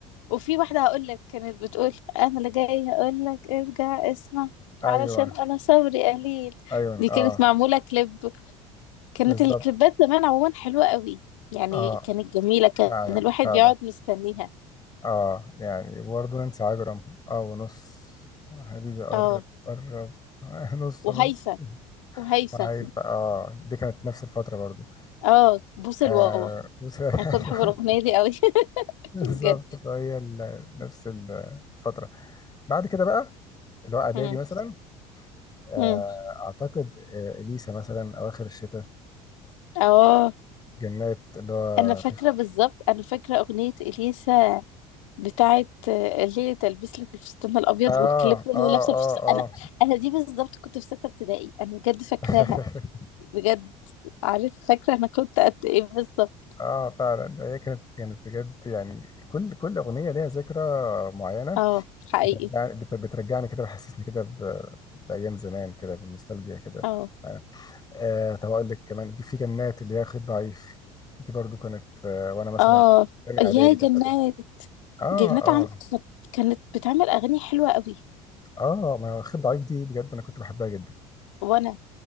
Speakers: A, on the left; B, on the left.
A: وفي واحدة هقول لك كانت بتقول انا اللي جاي هقول لك ارجع اسمع
B: ايوه
A: علشان انا صبري قليل
B: ايوه
A: دي
B: اه
A: كانت معمولة كليب كانت
B: بالظبط
A: الكليبات زمان عموما حلوة قوي يعني
B: اه
A: كانت جميلة كان
B: فعلا
A: الواحد
B: فعلا
A: بيقعد مستنيها
B: اه يعني برضه ننسى عجرم اه ونص حبيبي قرب
A: اه
B: قرب <laughs> نص
A: وهيفا
B: نص
A: وهيفا
B: وعايفة اه دي كانت نفس الفترة برضه
A: اه بوس الواوا
B: آه بس <laughs> ايوه
A: انا كنت بحب الاغنيه دي قوي <laughs>
B: بالظبط
A: بجد
B: فهي ال- نفس ال- الفترة بعد كده بقى اللي هو اعدادي
A: امم
B: مثلا آه
A: امم
B: اعتقد آه اليسا مثلا اواخر الشتاء
A: اه
B: جنات اللي هو
A: انا فاكره
B: في
A: بالظبط انا فاكره اغنيه اليسا بتاعه آه، الليله تلبس لك الفستان الابيض
B: اه
A: والكليب اللي
B: اه
A: هي لابسه الفستان
B: اه
A: انا انا دي بالظبط كنت في سته ابتدائي انا بجد فاكراها
B: اه <laughs>
A: بجد عارف فاكره انا كنت قد ايه بالظبط
B: اه فعلا هي كانت كانت بجد يعني كل كل اغنيه ليها ذكرى معينه
A: اه حقيقي
B: بترجعني بت- بترجعني كده بحسسني كده ب- بايام زمان كده بالنوستالجيا كده
A: اه
B: يعني آه طب اقول لك كمان في جنات اللي هي خيط ضعيف دي برضو كانت آه وانا مثلا
A: اه
B: في تاني
A: يا
B: اعدادي
A: جنات
B: تالتة اعدادي اه
A: جنات
B: اه
A: عم كانت بتعمل اغاني حلوه قوي
B: اه ما هو خيط ضعيف دي بجد انا كنت بحبها جدا
A: وانا